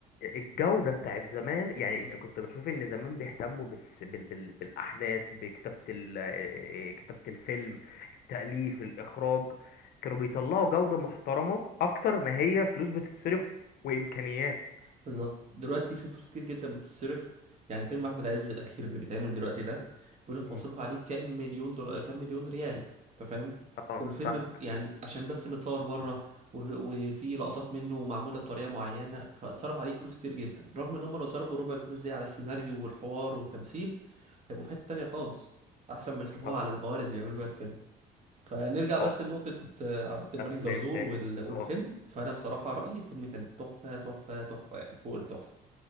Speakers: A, on the left; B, on the right.
A: الجودة بتاعت زمان يعني
B: ده
A: كنت بشوف ان زمان بيهتموا بس بال بال بالاحداث بكتابة ال- آه، آه، كتابة الفيلم التأليف الاخراج كانوا بيطلعوا جودة محترمة اكتر ما هي فلوس بتتصرف وامكانيات
B: بالظبط دلوقتي في فلوس كتير جدا بتتصرف يعني فيلم احمد عز الاخير اللي بيتعمل دلوقتي ده بيقول لك
A: مم.
B: مصروف عليه كام مليون دولار كام مليون ريال انت فاهم
A: اه
B: والفيلم
A: فاهمك
B: ب- يعني عشان بس متصور بره وفي لقطات منه معموله بطريقه معينه فاتصرف عليه فلوس كتير جدا رغم ان هم لو صرفوا ربع الفلوس دي على السيناريو والحوار والتمثيل هيبقوا في حته تانيه خالص احسن ما يصرفوها
A: طبعا
B: على الموارد اللي بيعملوا بيها الفيلم فنرجع
A: طبعا
B: بس لنقطة آه، عبد الملك
A: افلام
B: زرزور
A: تاني
B: وال- والفيلم
A: اه
B: فأنا بصراحة
A: ماشي.
B: رأيي الفيلم كان تحفة تحفة تحفة يعني فوق التحفة